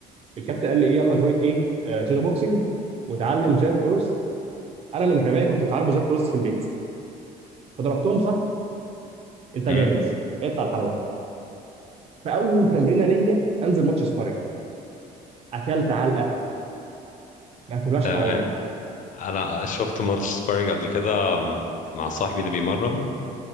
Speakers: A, on the right; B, on the left.
A: الكابتن قال لي ايه يلا شويه ايه آه شادو بوكسنج وتعلم جاب كروس انا من غبائي كنت اتعلم جاب كروس في البيت فضربتهم صح انت جاهز
B: امم
A: اطلع الحلبه فاول تمرينه ليا انزل ماتش سبارنج اكلت علقه ما كلهاش
B: تمام
A: حرامي
B: انا شفت ماتش سبارينج قبل كده م- مع صاحبي اللي بيمرن